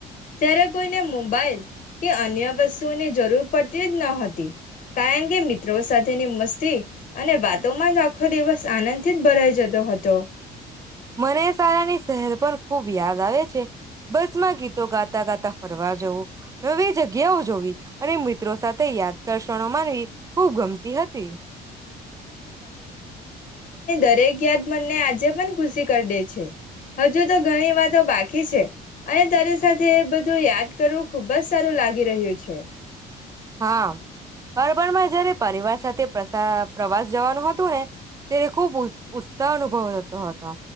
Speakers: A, on the left; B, on the right.
A: ત્યારે કોઈને મોબાઈલ કે અન્ય વસ સ્તુ ની જરૂર પડતી જ ન હતી. કારણ કે મી ત્રો સાથે ની મસ્તી અને વાતોમાં જ આખો દિવસ આનંદથી જ ભરાઈ જતો હતો
B: મને સારાની શહેર પણ ખુબ યાદ આવે છે. બસમાં ગીતો ગાતા ગાતા ફર વા જવું નવી જગ્યાઓ જોવી અને મિત્રો સાથે યાદ દર્શણો માનવી ખૂબ ગમતી હતી.
A: દરેકત મને આજે પણ ખુશી કરી દે છે હજુ તો ઘણી વાતો બાકી છે અને તારે સાત બધું યાદ કરવું ખુબ જ સારું લાગી રહ્યું છે.
B: હા પરબણમાં જયારે પરિવાર સાથે તે પ્રસા પ્રવાસ જવાનું હતું ને તેને ખુબ ઉત્સાહ અનુભવતો હતો